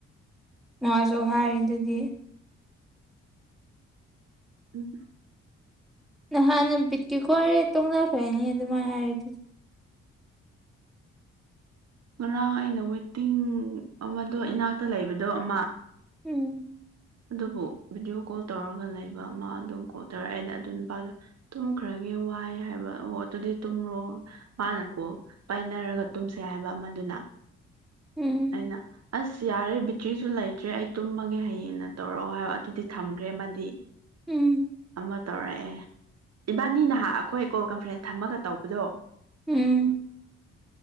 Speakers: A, in the centre; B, on the right.
A: ꯃꯥꯁꯨ ꯍꯥꯏꯗꯨꯗꯤ
B: ꯎꯝ
A: ꯅꯍꯥꯟꯅ ꯕꯤꯠꯀꯦꯀꯣꯏꯔꯦ ꯇꯣꯡꯅꯈ꯭ꯔꯅꯤ ꯑꯗꯨꯃꯥꯏꯅ ꯍꯥꯏꯔ ꯑꯗꯨꯗꯤ
B: ꯉꯔꯥꯡ ꯑꯩꯅ ꯋꯦꯇꯤꯡ ꯑꯃꯗꯣ ꯏꯅꯥꯛꯇ ꯂꯩꯕꯗꯣ ꯑꯃ
A: ꯎꯝ
B: ꯑꯗꯨꯕꯨ ꯚꯤꯗꯤꯑꯣ ꯀꯣꯜ ꯇꯧꯔꯒ ꯂꯩꯕ ꯑꯃ ꯑꯗꯨꯝ ꯀꯣ ꯇꯧꯔꯦ ꯑꯩꯅ ꯑꯗꯨ ꯅꯨꯄꯥꯗꯣ ꯇꯨꯝꯈ꯭ꯔꯒꯤ ꯋꯥꯏ ꯍꯥꯏꯕ ꯑꯣ ꯑꯗꯨꯗꯤ ꯇꯨꯝꯔꯣ ꯃꯥꯅꯀꯣ ꯄꯥꯏꯅꯔꯒ ꯇꯨꯝꯁꯦ ꯍꯥꯏꯕ ꯑꯃꯗꯨꯅꯤ
A: ꯎꯝ
B: ꯑꯩꯅ ꯑꯁ ꯌꯥꯔꯦ ꯕꯤꯇ꯭ꯔꯤꯁꯨ ꯂꯩꯇ꯭ꯔꯦ ꯑꯩ ꯇꯨꯝꯃꯒꯦ ꯍꯌꯦꯡꯅ ꯇꯧꯔꯛꯑꯣ ꯍꯥꯏꯕ ꯑꯗꯨꯗꯤ ꯊꯝꯈ꯭ꯔꯦ ꯑꯃꯗꯤ
A: ꯎꯝ
B: ꯇꯧꯔꯛꯑꯦ ꯏꯕꯥꯅꯤ ꯅꯍꯥꯛ ꯑꯩꯈꯣꯏ ꯀꯣꯜ ꯀꯟꯐ꯭ꯔꯦꯟꯁ ꯊꯝꯃꯒ ꯇꯧꯕꯗꯣ
A: ꯎꯝ